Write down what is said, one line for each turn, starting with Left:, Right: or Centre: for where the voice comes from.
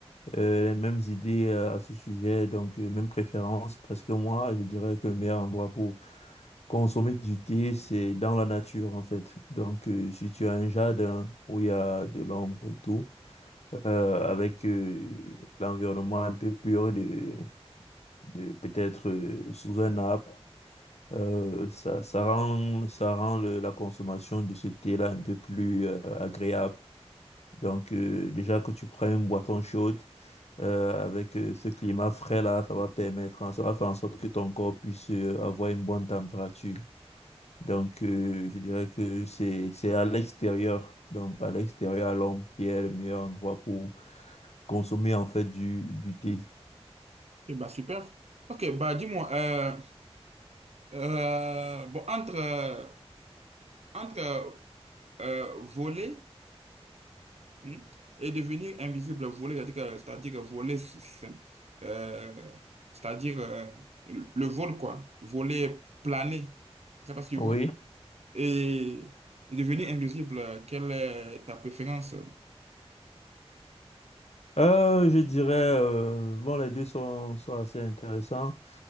Left: euh, les mêmes idées euh, à ce sujet, donc euh, mêmes préférences, parce que moi, je dirais que le meilleur endroit pour consommer du thé, c'est dans la nature, en fait. Donc, euh, si tu as un jardin où il y a de l'ombre et tout euh, avec euh, l'environnement un peu pur de, de peut-être euh, sous un arbre. Euh, ça, ça rend, ça rend le- la consommation de ce thé-là un peu plus euh, agréable. Donc, euh, déjà que tu prends une boisson chaude euh, avec euh, ce climat frais-là, ça va permettre, hein, ça va faire en sorte que ton corps puisse euh, avoir une bonne température. Donc, euh, je dirais que c'est, c'est à l'extérieur, donc à l'extérieur, à l'ombre, qui est le meilleur endroit pour consommer en fait du, du thé.
Right: Eh bah, super. Ok, bah, dis-moi, euh, euh, bon, entre, euh, entre euh, euh, voler hmm, et devenir invisible, voler, c'est-à-dire, que- c'est-à-dire voler, c'est- c'est- euh, c'est-à-dire euh, le le vol, quoi, voler, planer, je sais pas si tu
Left: Oui.
Right: vois. Et, et devenir invisible, euh, quelle est ta préférence?
Left: Euh, je dirais, euh, bon, les deux sont, sont assez intéressants,